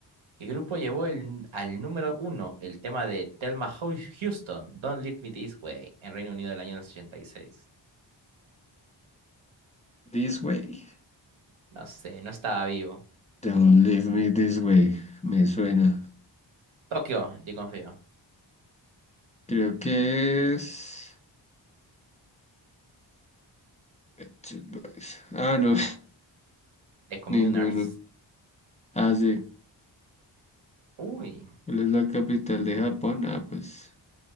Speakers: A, on the right; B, on the left.
A: ¿Qué grupo llevó el- al número uno el tema de Thelma Hou- Houston, Don't Leave Me This Way, en Reino Unido del año 86?
B: This way.
A: No sé, no estaba vivo.
B: Don't leave me this way. Me suena.
A: Tokio, en confío.
B: Creo que es. Pet Shop Boys. Ah, no.
A: The Communers.
B: <laughs> Ninguno. Ah, sí.
A: Uy,
B: ¿Cuál es la capital de Japón? Ah, pues.